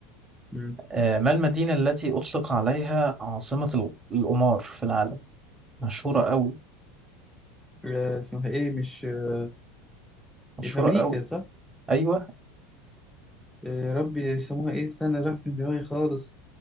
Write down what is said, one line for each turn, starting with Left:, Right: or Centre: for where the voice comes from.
Centre: مم.
Right: آه، ما المدينة التي أطلق عليها عاصمة ال- القمار في العالم مشهورة قوي
Centre: آه، اسمها ايه مش آه،
Right: مشهورة
Centre: في امريكا
Right: قوي
Centre: صح؟
Right: أيوة
Centre: آه، ربي يسموها ايه استنى راحت من دماغي خالص